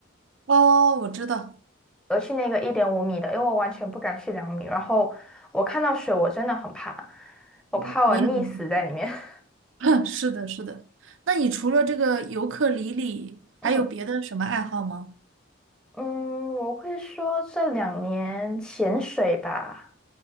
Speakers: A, on the right; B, in the centre.
A: 哦，我知道，
B: 我去那个一点五米的，因为我完全不敢去两米。然后我看到水，我真的很怕，我怕我溺死在里面。
A: 我我也很。
B: <laughs>
A: <laughs> 是的，是的。那你除了这个尤克里里，
B: 嗯
A: 还有别的什么爱好吗？
B: 嗯，我会说这两年潜水吧。